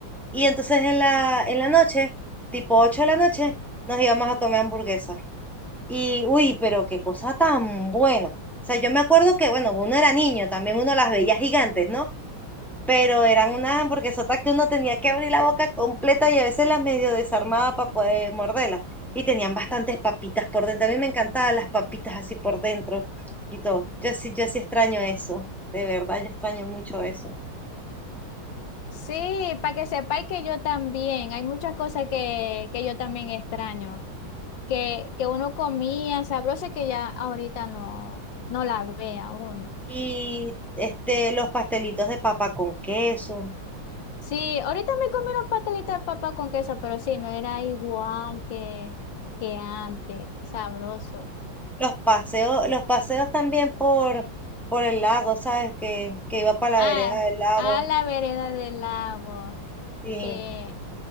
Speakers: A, in the centre; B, on the left (about 70°).
A: Y entonces en la, en la noche, tipo 8 de la noche, nos íbamos a comer hamburguesas. Y, uy, pero qué cosa tan buena. O sea, yo me acuerdo que, bueno, uno era niño, también uno las veía gigantes, ¿no? Pero eran unas hamburguesotas que uno tenía que abrir la boca completa y a veces las medio desarmaba para poder morderlas. Y tenían bastantes papitas por dentro. A mí me encantaban las papitas así por dentro y todo. Yo sí, yo sí extraño eso. De verdad, yo extraño mucho eso.
B: Sí, para que sepáis que yo también, hay muchas cosas que, que yo también extraño, que, que uno comía sabroso y que ya ahorita no, no la vea uno.
A: Y este, los pastelitos de papa con queso.
B: Sí, ahorita me comí unos pastelitos de papa con queso, pero sí, no era igual que, que antes, sabroso.
A: Los paseos, los paseos también por, por el lago, ¿sabes? Que, que iba para la
B: Ah,
A: vereda del lago.
B: a la vereda del lago.
A: Sí.
B: Sí.